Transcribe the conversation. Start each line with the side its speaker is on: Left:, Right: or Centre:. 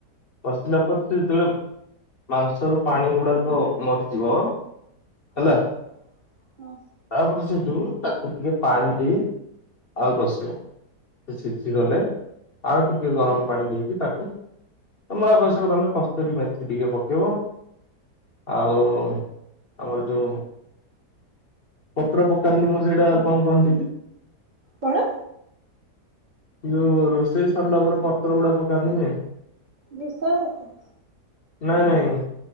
Left: କସିଲା ପରେ ସେ ଯେତେବେଳେ ମାଂସରୁ ପାଣି ଗୁଡାକ ମରିଯିବ ହେଲା।
Right: ହଁ ହଁ
Left: ତାପରେ ସେଇଠୁ ତାକୁ ଟିକେ ପାଣି ଦେଇ ଆଳୁ କଷିବ, ସେ ସିଯିଗଲେ ଆଉ ଟିକେ ଗରମ ପାଣି ଦେଇକି ତାକୁ ତମର ଆବଶ୍ୟକ ତମେ କସ୍ତୁରୀ ମେଥି ଟିକେ ପକେଇବ। ଆଉ ଆମର ଯୋଉ ପତ୍ର ପକାନ୍ତି ମ ସେଇଟା କଣ କହନ୍ତି ତି?
Right: କଣ?
Left: ଯୋଉ ରୋଷେଇ ସରିଲା ପରେ ପତ୍ର ଗୁଡା ପକାନ୍ତିନି।
Right: ଭୃଷୁଙ୍ଗ ପତ୍ର?
Left: ନାଇଁ ନାଇଁ।